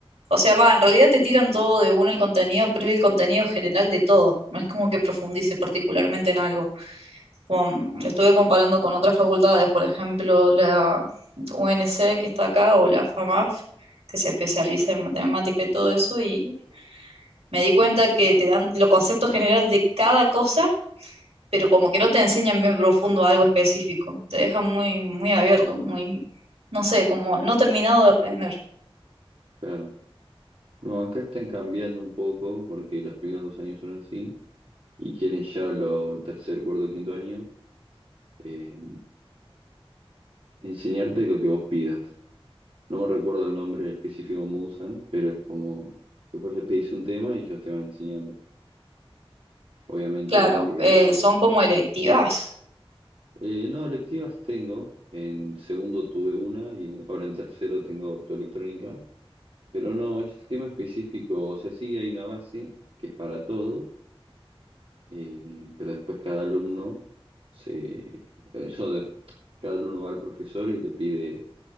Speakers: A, on the right (about 85°); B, on the right (about 65°).
A: O sea, va, en realidad te tiran todo de uno el contenido, pero es el contenido general de todo. No es como que profundice particularmente en algo. Como, mm, lo estuve comparando con otras facultades, por ejemplo, la UNC que está acá o la FAMAF, que se especializa en matemática y todo eso, y me di cuenta que te dan los conceptos general de cada cosa, pero como que no te enseñan bien profundo algo específico. Te dejan muy, muy abierto, muy, no sé, como no terminado de aprender.
B: claro. No, acá están cambiando un poco porque los primeros dos años son así y quieren ya lo, el tercer, cuarto, quinto año eh, enseñarte lo que vos pidas. No recuerdo el nombre específico que usan, pero es como que vos les pedís un tema y ellos te van enseñando. Obviamente
A: Claro,
B: que...
A: eh, son como electivas.
B: eh, no, electivas tengo. En segundo tuve una y ahora en tercero tengo optoelectrónica. Pero no, es tema específico, o sea, sí hay una base que es para todos, eh, pero después cada alumno se... Eso de... Cada alumno va al profesor y le pide,